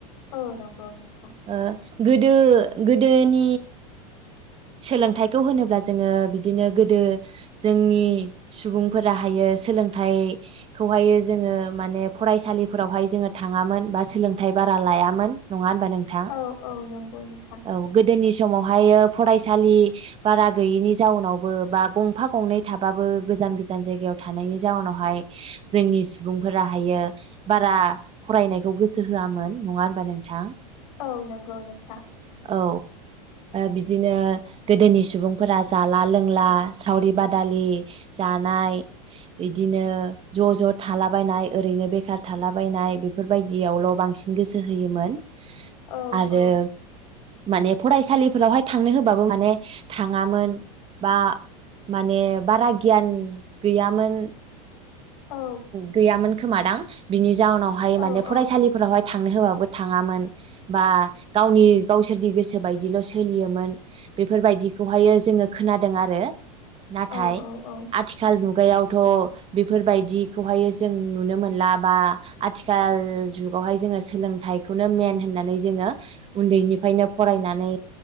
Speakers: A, on the left; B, on the right.
A: औ नंगौ नोंथां
B: ओ गोदो गोदोनि सोलोंथाइखौ होनोब्ला जोङो बिदिनो गोदो जोंनि सुबुंफोराहायो सोलोंथाइखौहायो जोङो माने फरायसालिफोरावहाय जोङो थाङामोन बा सोलोंथाइ बारा लायामोन नङा होनबा नोंथां
A: औ औ नंगौ नोंथां
B: औ गोदोनि समावहायो फरायसालि बारा गैयिनि जाउनावबो बा गंफा गंनै थाबाबो गोजान गोजान जायगायाव थानायनि जाउनावहाय जोंनि सुबुंफोराायो बारा फरायनायखौ गोसो हो यामोन नङा होनबा नोंथां?
A: औ नंगौ नोंथां
B: औ बि दिनो गोदोनि सुबुंफोरा जाला लोंला सावरि बादालि जानाय बिदिनो ज ज थालाबायनाय ओरैनो बेखार थालाबायनाय बेफोरबायदियावल बांसिन बांसिन गोसो होयोमोन
A: औ
B: आरो
A: औ
B: माने फसालिफोरावहाय थांनो होबाबो माने थाङामोन बा माने बारा गियान गैयामोन।
A: औ
B: गैयामोन खोमादां बिनि जाउनावहाय
A: औ
B: माने
A: औ
B: फरायसालिफोरावहाय थांनो होबाबो थाङामोन बा गावनि गावसोरनि गोसो बायदिल सोलियोमोन। बेफोरबायदिखौहायो जोङो खोनादों आरो
A: औ
B: नाथाय
A: औ औ
B: आथिखाल मुगायावथ बेफोरबायदिखौहायो जों नुनो मोनला बा आथिखाल जुगावहाय जोङो सोलोंथाइ नो मेन होननानै जोङो उन्दैनिफ्रायनो फरायनानै